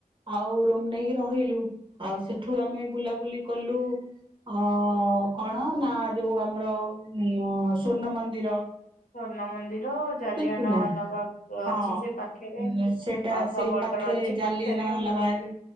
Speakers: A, on the right (about 35°); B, on the left (about 70°).
A: ଆଉ ରୁମ ନେଇକି ରହିଲୁ ଆଉ ସେଠୁ ଆମେ ବୁଲାବୁଲି କଲୁ। ଅ କଣ ନା ଯୋଉ ଆମର ଉ ସ୍ଵର୍ଣ୍ଣ ମନ୍ଦିର।
B: ସ୍ଵର୍ଣ୍ଣ ମନ୍ଦିର, ଜାଲିଆନାୱାଲାବାଗ
A: ବୁଝିପାରିଲ ହଁ
B: ଅଛି ସେ ପାଖରେ
A: ସେଟା
B: ବାଘବଟ
A: ସେଇ ପାଖରେ
B: ଅଛି
A: ଜାଲିଆନାୱାଲାବାଗ
B: ପାଖରେ।